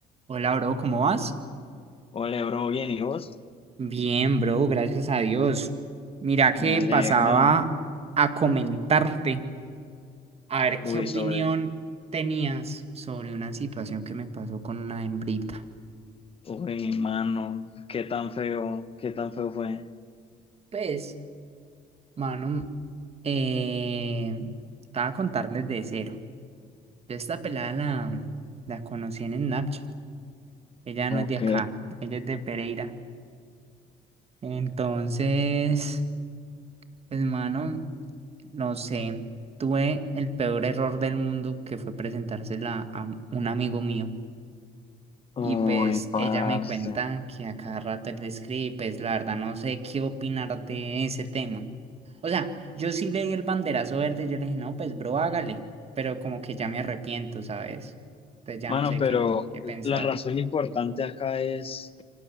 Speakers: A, on the right; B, on the left.
A: Hola, bro, ¿cómo vas?
B: Hola, bro, bien, ¿y vos?
A: Bien, bro, gracias a Dios. Mira que
B: Me alegro.
A: pasaba a comentarte, a ver
B: Uy,
A: qué opinión
B: sobre.
A: tenías sobre una situación que me pasó con una hembrita.
B: Uy, mano, qué tan feo, qué tan feo fue.
A: Pues, mano, eh, te voy a contar desde cero. Yo esta pelada la, la conocí en Snapchat. Ella
B: Ok.
A: no es de acá, ella es de Pereira. Entonces, pues, mano. No sé, tuve el peor error del mundo que fue presentársela a un amigo mío.
B: Uy,
A: Y pues
B: parce.
A: ella me cuenta que a cada rato él le escribe y pues la verdad no sé qué opinar de ese tema. O sea, yo sí le di el banderazo verde, yo le dije, no, pues bro, hágale. Pero como que ya me arrepiento, ¿sabes? Entonces ya
B: Mano,
A: no sé
B: pero
A: qué, qué pensar.
B: la razón importante acá es